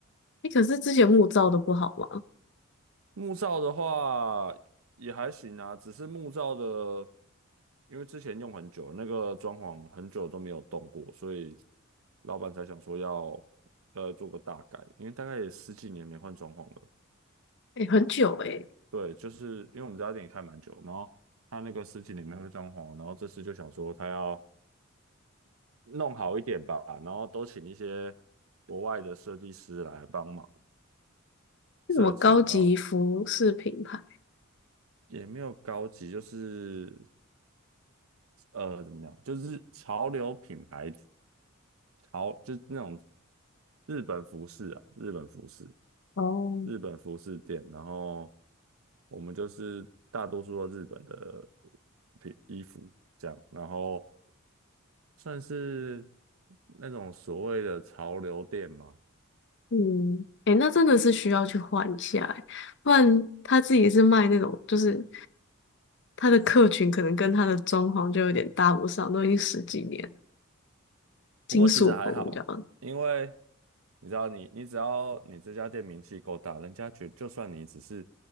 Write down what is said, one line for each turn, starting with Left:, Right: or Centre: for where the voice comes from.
Left: 哎，可是之前木造的不好吗？
Right: 木造的话也还行啊，只是木造的，因为之前用很久，那个装潢很久都没有动过，所以老板才想说要呃做个大改，因为大概也十几年没换装潢了。
Left: 哎，很久哎，
Right: 对，就是因为我们这家店也开蛮久，然后他那个十几年没换装潢，然后这次就想说他要弄好一点吧，然后都请一些国外的设计师来帮忙。
Left: 那什么高级服饰品牌？
Right: 设计，然后也没有高级，就是呃，怎么讲，就是潮流品牌，潮就是那种日本服饰啊，日本服饰，
Left: 哦，
Right: 日本服饰店，然后我们就是大多数都日本的品衣服这样，然后算是那种所谓的潮流店嘛，
Left: 嗯，诶，那真的是需要去换一下欸，不然他自己是卖那种，就是他的客群可能跟他的装潢就有点搭不上，都已经十几年，
Right: 不过其实还好，
Left: 金属风这样。
Right: 因为你知道你，你只要你这家店名气够大，人家觉就算你只是